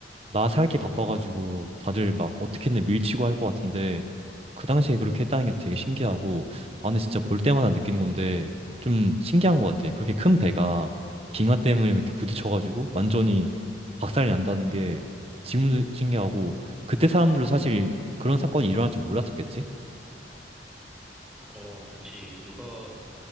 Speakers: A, on the right; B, in the centre.
A: 나 살기 바빠가지고 다들 막 어떻게든 밀치고 할 것 같은데 그 당시에 그렇게 했다는 게 되게 신기하고 아 근데 진짜 볼 때마다 느끼는 건데 좀 신기한 것 같아. 그렇게 큰 배가 빙하 때문에 그렇게 부딪혀가지고 완전히 박살이 난다는 게 지금도 신기하고 그때 사람들도 사실 그런 사건이 일어날 줄 몰랐었겠지?
B: 어, 그치. 누가,